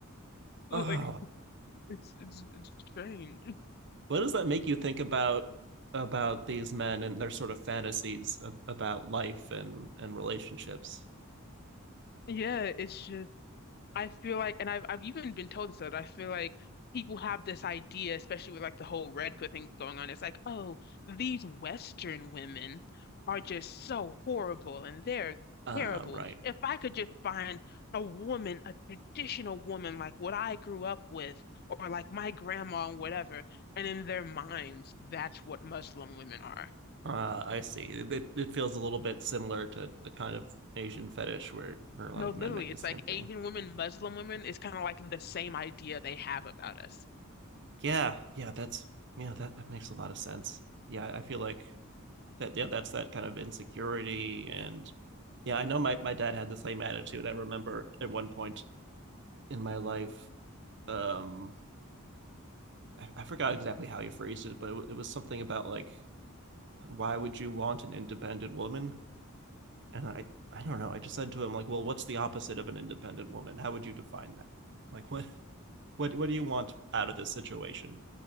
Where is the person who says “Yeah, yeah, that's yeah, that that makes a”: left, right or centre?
Right